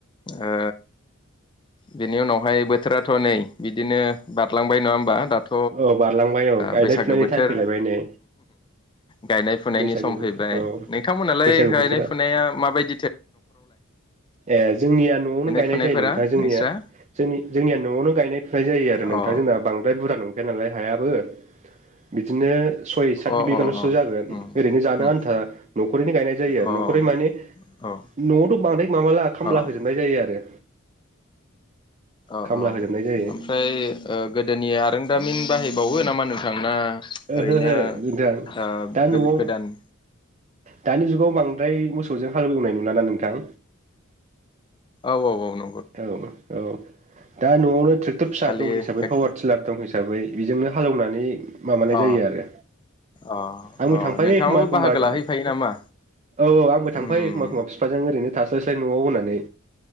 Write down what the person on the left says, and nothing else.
ओ बेनि उनावहाय बोथोराथ नै बिदिनो बारलांबाय नङा होमबा दाथ
बैसागो
ओ बोथोर
गायनाय फुनायनि
सम
फैबाय
नोंथांमोनालाय
गायनाय
फुनाया माबायदि
फुनायफोरा
नोंस्रा
अ
अ
अ
उम
उम
अ औ
औ
औ
औ
औ
ओमफ्राय ओ गोदोनि आरोंदामिन बाहाय बावो नामा नोंथांना
ओरैनो
ओ
गो-गोदान
औ औ नो
खालि
टेक
अ
अ
अ
नोंथाङाबो
बाहागो
लाहैफायो नामा
उम